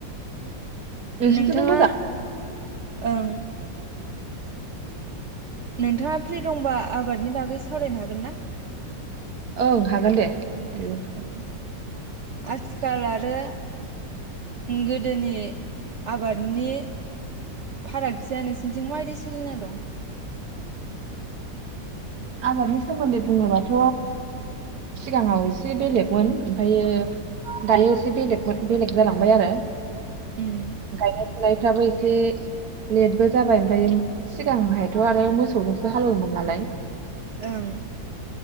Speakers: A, on the right (about 60°); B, on the right (about 80°).
A: नोंसिनिथिंलाय
B: नोंथाङा
A: मोजां?
B: ओं नोंथाङा फ्रि दंबा आबादनि बागै सावरायनो हागोन ना?
A: ओं हागोन दे हायो
B: उम आथिखाल आरो गोदोनि आबादनि फारागथिया नोंसिनिथिं माबायदि सोलिना दं
A: आबादनि सोमोन्दै बुङोबाथ' सिगाङाव एसे बेलेगमोन ओमफायो दायो एसे बेलेगमोन बेलेग जालांबाय आरो
B: उम
A: गायनाय फुनायफ्राबो एसे लेटबो जाबाय ओमफ्राय सिगांहायथ' आरो मोसौजोंसो हालेवोमोन नालाय
B: ओं